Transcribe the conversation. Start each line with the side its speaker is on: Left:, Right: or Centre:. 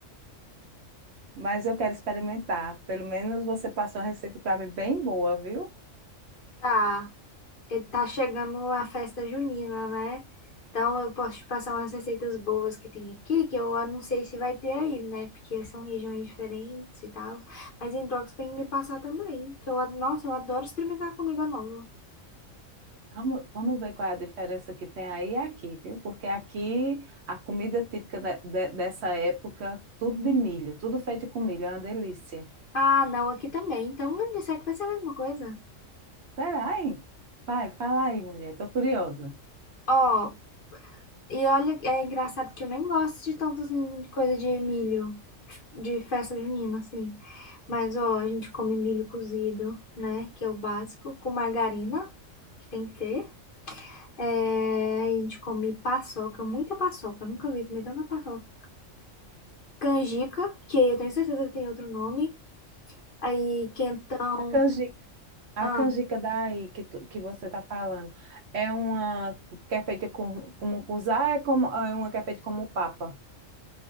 Right: Mas eu quero experimentar. Pelo menos você passou uma receita para mim bem boa, viu?
Left: Tá, e tá chegando a festa junina, né? Então eu posso te passar umas receitas boas que tem aqui, que eu não sei se vai ter aí, né? Porque são regiões diferentes e tal. Mas em troca você tem que me passar também, que eu, ad- nossa, eu adoro experimentar comida nova.
Right: Vamos, vamos ver qual é a diferença que tem aí e aqui, viu? Porque aqui a comida típica de- de- dessa época, tudo de milho, tudo feito com milho, é uma delícia.
Left: Ah, não, aqui também. Então, não disser que vai ser a mesma coisa.
Right: Será, hein? Vai, fala aí, mulher, tô curiosa.
Left: Ó, E olha, é engraçado que eu nem gosto de tanto assim, de coisa de milho, de festa junina, assim. Mas, ó, a gente come milho cozido, né? Que é o básico, com margarina, que tem que ter. É, a gente come paçoca, muita paçoca, eu nunca vi comer tanta paçoca. Canjica, que eu tenho certeza que tem outro nome. Aí, quentão.
Right: A canjica, a
Left: Ah,
Right: canjica daí que, tu- que você está falando é uma que é feita com, como cusá, é, como, é uma que é feita como papa,